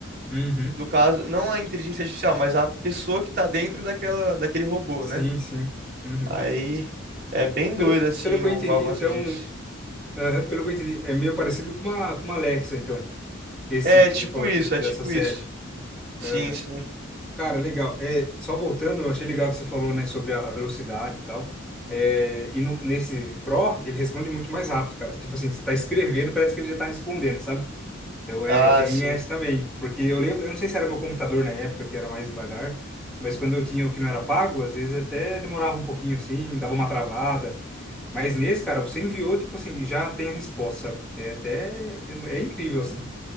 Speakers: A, in the centre; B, on the right.
A: Uhum.
B: No caso, não a inteligência artificial, mas a pessoa que tá dentro daquela, daquele robô,
A: Sim,
B: né?
A: sim. Uhum.
B: Aí é bem doido,
A: Pelo,
B: assim,
A: pelo que
B: o
A: eu entendi,
B: avanço
A: então.
B: disso.
A: aham, Pelo que eu entendi, é meio parecido com uma, com uma Alexa, então. Esse
B: É
A: que
B: tipo
A: você falou
B: isso,
A: de- dessa
B: é tipo
A: série.
B: isso. Sim,
A: Aham.
B: sim.
A: Cara, legal. É, só voltando, eu achei legal que você falou, né, sobre a a velocidade e tal. É, e no- nesse Pro, ele responde muito mais rápido, cara. Tipo assim, você tá escrevendo, parece que ele já tá respondendo, sabe? Então
B: Ah,
A: é, tem
B: sim.
A: essa também. Porque eu lembro, eu não sei se era meu computador na época, que era mais devagar, mas quando eu tinha o que não era pago, às vezes até demorava um pouquinho assim, dava uma travada. Mas nesse, cara, você enviou, tipo assim, já tem a resposta, sabe? É até, é é incrível, assim.